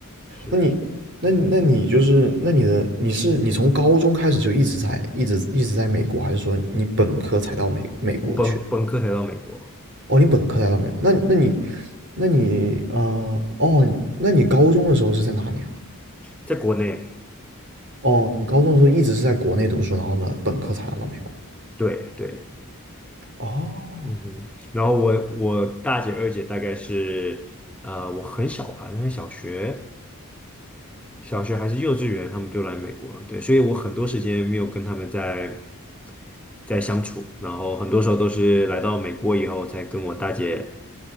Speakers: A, in the centre; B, on the right (about 55°).
A: 是，
B: 那你，那你那你就是，那你的你是你从高中开始就一直在一直一直在美国，还是说你本科才到美美国去的？
A: 我本本科才到美国，
B: 哦，你本科才到美国，那那你，那你呃，哦，那你高中的时候是在哪里啊？
A: 在国内，
B: 哦，你高中的时候一直是在国内读书，然后呢，本科才来到美国。
A: 对对，
B: 哦，
A: 嗯哼然后我我大姐二姐大概是，呃，我很小吧，因为小学小学还是幼稚园，他们就来美国了。对，所以我很多时间没有跟他们在在相处，然后很多时候都是来到美国以后才跟我大姐